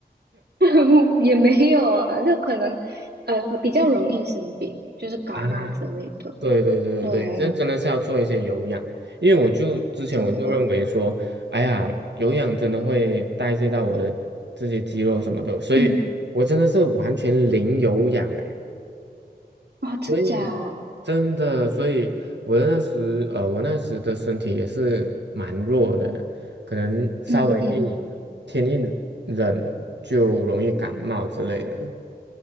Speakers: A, on the right; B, on the right.
A: <laughs> 也没有啊，就可能呃比较容易生病，就是感冒之类的。
B: <laughs> 啊，对对对对，
A: 对，
B: 这真的是要做一些有氧，因为我就之前我就认为说，
A: 真的哦，
B: 哎呀，有氧真的会代谢到我的这些肌肉什么的，所以我真的是完全零有氧哎，
A: 嗯，哦，真假？
B: 所以真的，所以我那时呃，我那时的身体也是蛮弱的，可能稍微一天一
A: 嗯嗯
B: 冷就容易感冒之类的，